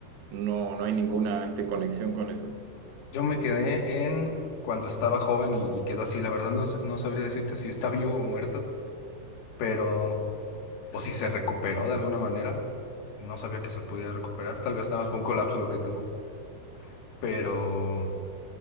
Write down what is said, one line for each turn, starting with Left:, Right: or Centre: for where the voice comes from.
Right: no, no hay ninguna este, conexión con eso.
Left: Yo me quedé en cuando estaba joven y, y quedó así. La verdad no, sa- no sabría decirte si está <laughs> vivo o muerto, pero o si se recuperó de alguna manera. No sabía que se podía recuperar. Tal vez nada más fue un colapso lo que tuvo, pero